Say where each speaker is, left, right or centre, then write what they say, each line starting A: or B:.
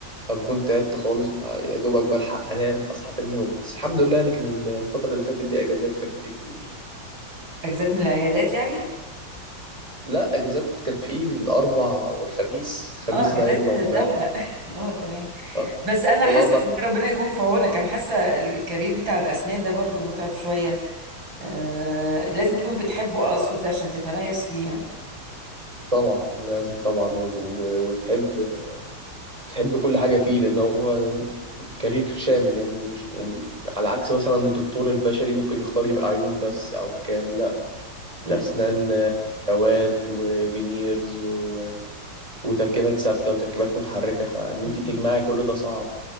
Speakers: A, on the right; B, on the right.
A: فبكون تعبت خالص مع يا دوبك بلحق أنام أصحى تاني يوم بس الحمد لله يعني كان الفترة اللي فاتت دي أجازات فنمت كتير
B: اجازات من العيادات يعني
A: لا أجازات كان في الأربع والخميس الخميس
B: اه اجازات
A: ده عيد العمال
B: دولة <laughs> اه تمام
A: آه،
B: بس انا
A: والأربع
B: حاسه إن
A: كان-
B: <laughs> ربنا يكون في عونك انا حاسه الكارير بتاع الاسنان ده برضو متعب شويه آه لازم تكون بتحبه اقصد عشان تتميز فيه يعني
A: طبعا لازم طبعا و- و- وتحب تحب كل حاجة فيه لأن هو كارير شامل يعني مش يعني على عكس مثلا الدكتور البشري ممكن يختار يبقى عيون بس أو كان لا
B: م-
A: الأسنان أدوات وفينيرز و... وتركيبات ثابتة وتركيبات متحركة فإن
B: م.
A: أنت تجمعي كل ده صعب